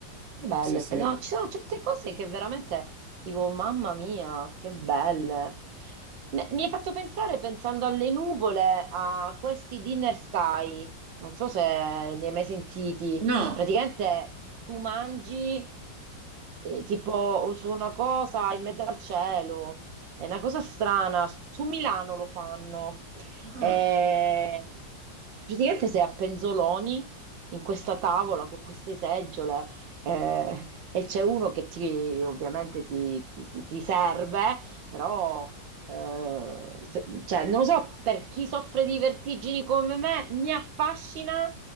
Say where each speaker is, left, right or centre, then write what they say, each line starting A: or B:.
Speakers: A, on the right; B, on the right.
A: che belle.
B: Sì, sì.
A: No, ci sono certe cose che veramente dico, mamma mia, che belle. Ne- Mi hai fatto pensare, pensando alle nuvole, a questi dinner sky. Non so se ne hai mai sentiti.
B: No,
A: Praticamente tu mangi eh, tipo su una cosa in mezzo al cielo. È una cosa strana. Su Milano lo fanno.
B: Ah,
A: Eh, praticamente sei a penzoloni in questa tavola con queste seggiole eh, e c'è uno che ti, ovviamente ti, ti- ti- ti serve, però eh, se- cioè, non lo so, per chi soffre di vertigini come me, mi affascina,